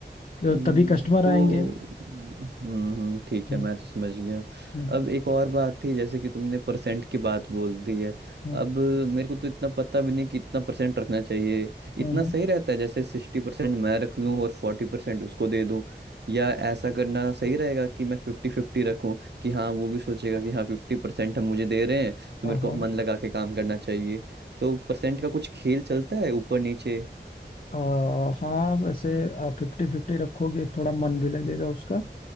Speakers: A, on the left (about 50°); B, on the right (about 65°).
A: तो
B: हम्म,
A: तभी कस्टमर
B: तो
A: आएंगे
B: हम्म ठीक
A: हम्म,
B: है मैं तो समझ गया
A: हम्म,
B: अब एक और बात थी जैसे कि तुमने परसेंट की बात बोल दी है
A: हम्म,
B: अब मेरे को तो इतना पता भी नहीं कि इतना परसेंट रखना चाहिए इतना
A: हम्म, हम्म,
B: सही रहता है जैसे सिक्सटी परसेंट मैं रख लूं और फोर्टी परसेंट उसको दे दूं या ऐसा करना सही रहेगा कि मैं फिफ्टी फिफ्टी रखूं कि हाँ वो भी सोचेगा कि हाँ फिफ्टी परसेंट हम मुझे दे रहे हैं तो
A: हाँ
B: मेरे को
A: हाँ
B: मन लगा के काम करना चाहिए तो परसेंट का कुछ खेल चलता है ऊपर नीचे
A: अ, हाँ वैसे आप फिफ्टी फिफ्टी रखोगे थोड़ा मन भी लगेगा उसका